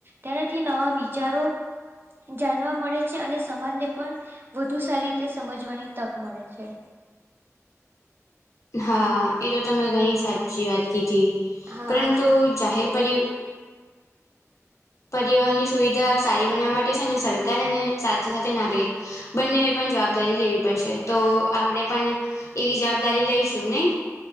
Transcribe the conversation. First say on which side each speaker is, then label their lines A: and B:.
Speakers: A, on the right; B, on the left.
A: તેનાથી નવા વિચારો જાણવા મળે છે અને સમાજને પણ વધુ સારી રીતે સમજવાની તક મળે છે.
B: હા એ તો તમે ઘણી સાચી વાત કીધી
A: હા
B: પરંતુ જાહેર પરિ પરિવહનની સુવિધા સારી બનાવવા માટે છે ને સરકાર અને સાથે સાથે નાગરિક બંનેવે પણ જવાબદારી લેવી પડશે તો આપણેે પણ એવી જવાબદારી લઈશું નહી.